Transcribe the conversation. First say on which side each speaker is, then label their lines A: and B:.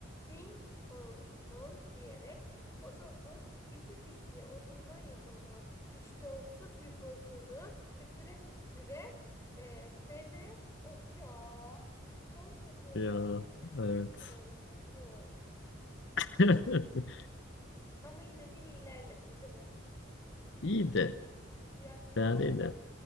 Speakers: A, on the left; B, on the left.
A: Ping pong, pong diyerek posofun pisi pisi otundan yapılma piştosu piposunu tüttüre tüttüre e, pene. Of ya. Olmadı.
B: Ya evet.
A: Çok zor, çok zor.
B: <laughs>
A: Ama yine de iyi ilerledim, değil mi?
B: İyiydi.
A: Bir hakkım
B: Fena
A: daha var.
B: değil de.